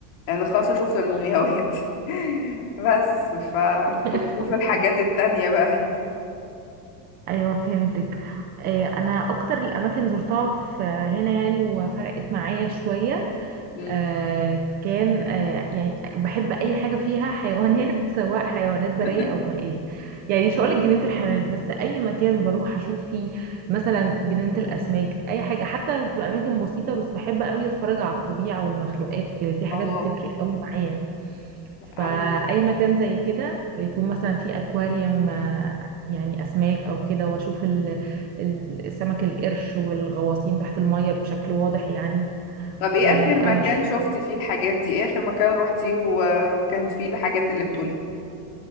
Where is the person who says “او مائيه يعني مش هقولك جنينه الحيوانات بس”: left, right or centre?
Right